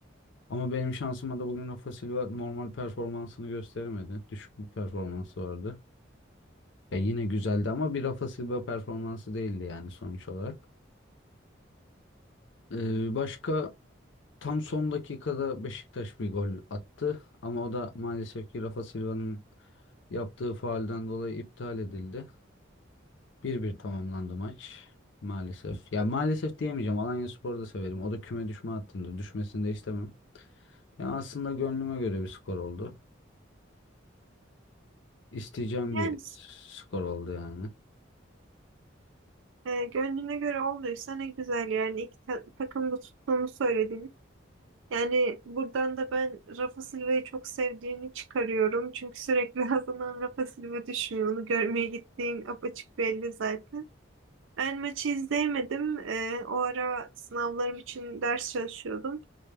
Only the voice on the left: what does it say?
Ama benim şansıma da bugün Rafa Silva normal performansını gösteremedi. Düşük bir performansı vardı. Ya yine güzeldi ama bir Rafa Silva performansı değildi yani sonuç olarak. Ee, başka tam son dakikada Beşiktaş bir gol attı ama o da maalesef ki Rafa Silva'nın yaptığı faalden dolayı iptal edildi. bir bir tamamlandı maç maalesef. Ya maalesef diyemeyeceğim. Alanyaspor'u da severim. O da küme düşme hattında. Düşmesini de istemem. Ya aslında gönlüme göre bir skor oldu. İsteyeceğim
bir skor oldu yani.